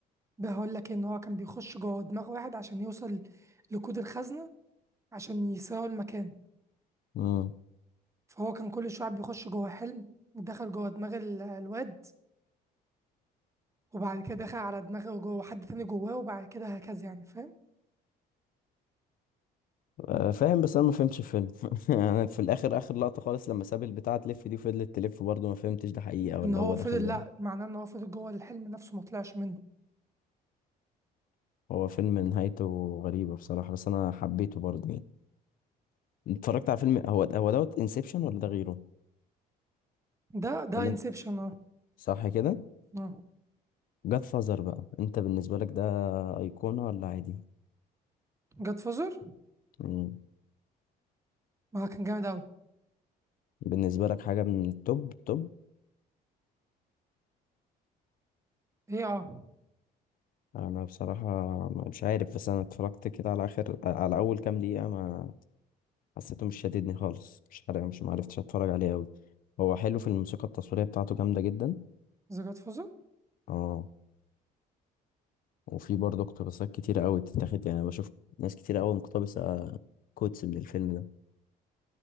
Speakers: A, on the right; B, on the left.
A: بقول لك ان هو كان بيخش جوه دماغ واحد عشان يوصل لكود الخزنه عشان يسرقوا المكان
B: امم
A: فهو كان كل شوية بيخش جوه حلم ودخل جوه دماغ ال- الواد وبعد كده دخل على دماغه جوه حد تاني جواه وبعد كده هكذا يعني فاهم
B: آه، فاهم بس انا ما فهمتش الفيلم <laughs> يعني في الاخر اخر لقطة خالص لما ساب البتاعة تلف دي فضلت تلف برضه ما فهمتش ده حقيقة ولا
A: ان هو
B: هو
A: فضل
B: داخل ده
A: لا معناه ان هو فضل جوه الحلم نفسه ما طلعش منه
B: هو فيلم نهايته غريبة بصراحة بس انا حبيته برضه يعني اتفرجت على فيلم هو هو دوت انسبشن ولا ده غيره
A: ده ده
B: ولا
A: انسبشن
B: انت
A: اه
B: صح كده
A: اه
B: جاد فازر بقى انت بالنسبة لك ده ايقونة ولا عادي
A: جاد فوزر
B: مم.
A: ما كان جامد اوي
B: بالنسبة لك حاجة من التوب توب
A: ايه اه
B: انا بصراحه ما- مش عارف بس انا اتفرجت كده على اخر على اول كام دقيقه ما حسيته مش شاددني خالص مش عارف مش معرفتش اتفرج عليه قوي هو حلو في الموسيقى التصويريه بتاعته جامده جدا
A: ذا جاد فوزر
B: اه وفي برضه اقتباسات كتيره قوي بتتاخد يعني بشوف ناس كتيره قوي مقتبسه كوتس من الفيلم ده